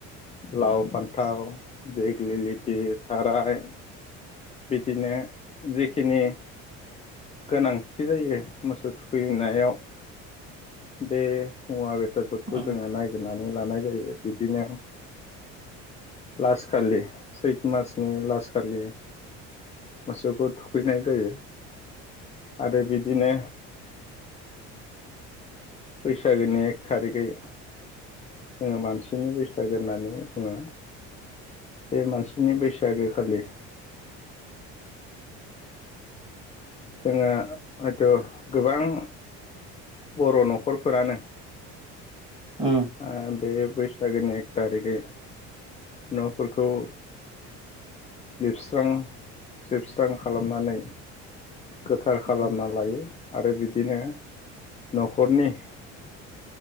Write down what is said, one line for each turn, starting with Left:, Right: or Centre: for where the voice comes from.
Left: लाव फान्थाव दिग्लि लिथि थाराय बिदिनो जेखिनि गोनांथि जायो मोसौ थुखैनायाव बे मुवा बेसादफोरखौ
Right: उम
Left: जोङो नायगिरनानै लानाय जायो बिदिनो लास खालि सैत मासनि लास खालि मोसौखौ थुखैनाय जायो आरो बिदिनो बैसागोनि थारिखै जोङो मानसिनि बैसागो होननानै बुङो बे मानसिनि बैसागो खालि जोङो हयथ' गोबां बर' न'खरफोरानो
Right: उम
Left: ओ बे बैसागोनि एक थारिखै न'फोरखौ लोबस्रां सिबस्रां खालामनानै गोथार खालामना
Right: उम
Left: लायो आरो बिदिनो न'खरनि